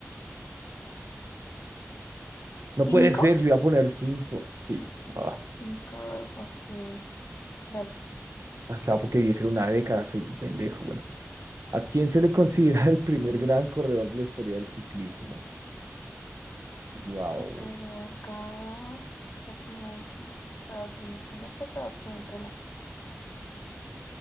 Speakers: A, on the right; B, on the left.
A: no
B: ¿Cinco?
A: puede ser, yo iba a poner cinco. Sí. Ah,
B: Cinco, ok. Dale.
A: acá porque 10 era una década, soy un pendejo. Bueno. ¿A quién se le considera <laughs> el primer gran corredor de la historia del ciclismo? Wow.
B: La Pedro Delgado. La primera aquí. Alfredo Binda. No sé, pero pon el primero.